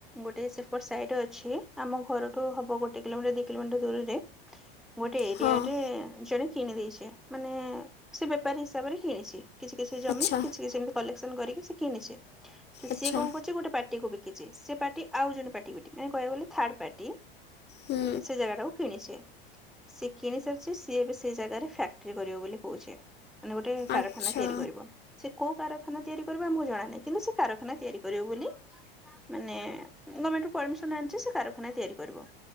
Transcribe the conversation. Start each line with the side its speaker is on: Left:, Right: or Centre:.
Centre: ଗୋଟେ ସେପଟ ସାଇଡ ଅଛି ଆମ ଘରଠୁ ହବ ଗୋଟେ କିଲୋ ମିଟର ଦି କିଲୋ ମିଟର ଦୂରରେ। ଗୋଟେ।
Left: ହଁ।
Centre: ଇଆଟେ ଜଣେ କିଣି ଦେଇେଇଛେ ମାନେ ସେ ବେପାରୀ ହିସାବରେ କିଣିଛି। କିଛି କିଛି ଜମି
Left: ଆଚ୍ଛା।
Centre: କିଛି କିଛି ସେମିତି କଲେକ୍ସନ କରିକି ସେ କିଣିଛି
Left: ଆଚ୍ଛା
Centre: ସିଏ କଣ କରୁଛି ଗୋଟେ ପାଟି କୁ ବି ଖଛି ସେ ପାର୍ଟି ଆଉ ଜଣେ ପାର୍ଟି ପଟି ମାନେ କହିବାକୁ ଗଲେ ଥାର୍ଡ ପାର୍ଟି
Left: ହୁଁ।
Centre: ସେ ଜାଗାଟାକୁ। କିଣିଛି ସିଏ କିଣି ସାରିଛି ସିଏ ଏବେ ସେଇ ଜାଗାରେ ଫ୍ୟାକ୍ଟ୍ରି କରିବ ବୋଲି କହୁଛି। ମାନେ ଗୋଟେ କାରଖାନା
Left: ଆଚ୍ଛା
Centre: ତିଆରି କରିବ। ସେ କୋଉ କାରଖାନା ତିଆରି କରିବ ଆମକୁ ଜଣାନାହିଁ କିନ୍ତୁ ସେ କାରଖାନା ତିଆରି କରିବ ବୋଲି ମାନେ ଗଭର୍ଣମେଣ୍ଟ ରୁ ପରମିସନ ଆଣିଛି ସେ କାରଖାନା ତିଆରି କରିବ।